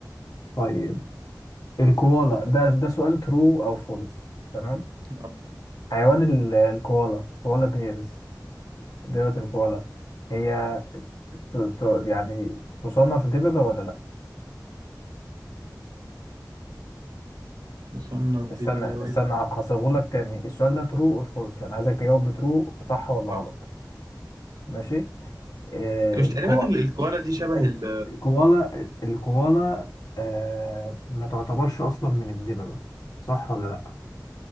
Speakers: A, on the left; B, on the right.
A: طيب الكوالا ده ده سؤال ترو او فولس تمام
B: آه،
A: حيوان ال- الكوالا كوالا بيرز دببة الكوالا هي ت... ت... يعني تصنف دببة ولا لا
B: مصنف
A: استنى
B: دي بباول
A: استنى هصيغهولك تاني السؤال ده ترو اور فولس يعني عايزك تجاوب بترو صح ولا
B: آه
A: غلط ماشي آه
B: مش
A: الكو...
B: تقريبا ال- الكوالا دي شبه
A: ال-
B: ال
A: الكوالا الكوالا آه ما تعتبرش اصلا من الدببة صح ولا لا